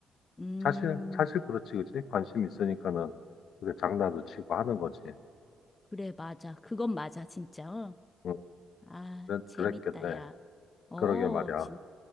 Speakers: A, on the left; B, on the left.
A: 음,
B: 사실, 사실
A: 그,
B: 그렇지, 그치? 관심이 있으니까는 그게 장난도 치고 하는 거지.
A: 그래, 맞아. 그건 맞아, 진짜. 어.
B: 음,
A: 아,
B: 그랬,
A: 재밌다,
B: 그랬겠네.
A: 야. 어,
B: 그러게 말이야.
A: 진,